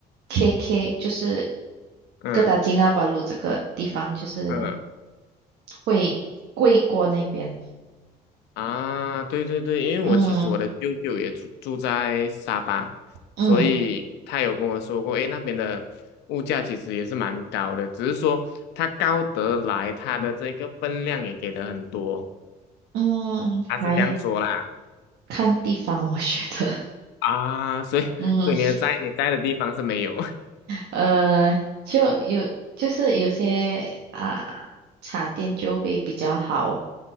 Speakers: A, on the right (about 75°); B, on the left (about 90°).
A: KK 就是
B: 嗯
A: 哥打吉那巴鲁这个地方，就是
B: 嗯。
A: 会贵过那边。
B: 啊，对对对，因为我其实我的舅舅也住住在沙巴，
A: 嗯嗯
B: 所以他有跟我说过，诶，那边的物价其实也是蛮高的，只是说它高得来，它的这个分量也给的很多，
A: 嗯，
B: 他是这样说啦。
A: 还看地方，我觉得，
B: 啊，所以所以你的在你在的地方是没有
A: <laughs> 嗯。呃，就有就是有些啊、茶店就会比较好。